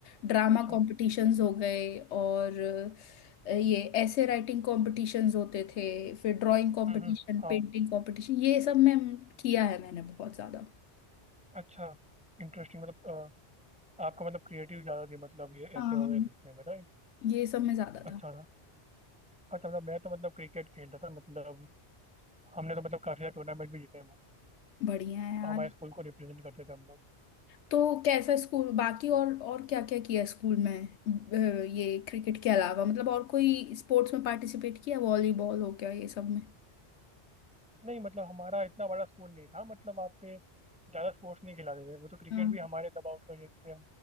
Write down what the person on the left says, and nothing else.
ड्रामा
कॉम्पिटिशन्स हो गए और अ, ये ऐसे राइटिंग कॉम्पिटिशन्स होते थे फिर ड्राइंग कॉम्पिटिशन
पेंटिंग कॉम्पिटिशन ये सब में किया है मैंने बहुत ज्यादा
हाँ,
ये सब में ज्यादा
था
बढ़िया है यार
तो कैसा स्कूल बाकी और और क्या क्या किया स्कूल में ब- ये क्रिकेट के अलावा मतलब और कोई स्पोर्ट्स में पार्टिसिपेट किया वॉलीबॉल हो गया ये सब में
हाँ।